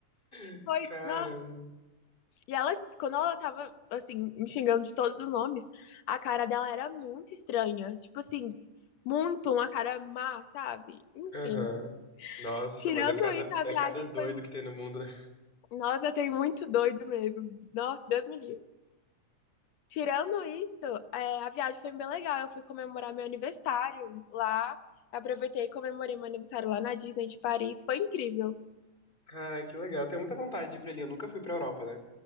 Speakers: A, on the left (about 15°); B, on the left (about 65°).
A: <laughs>
B: Foi,
A: Caramba.
B: ah, E ela, quando ela tava, assim, me xingando de todos os nomes, a cara dela era muito estranha. Tipo assim, muito uma cara má, sabe? Enfim.
A: Aham. Nossa,
B: Tirando
A: mas é cada,
B: isso, a viagem
A: é cada doido
B: foi.
A: que tem no mundo, né?
B: Nossa, tem muito doido mesmo. Nossa, Deus me livre. Tirando isso, é, a viagem foi bem legal. Eu fui comemorar meu aniversário lá. Aproveitei e comemorei meu aniversário lá na Disney de Paris. Foi incrível.
A: Ai, que legal. Eu tenho muita vontade de ir pra ali. Eu nunca fui pra Europa, né?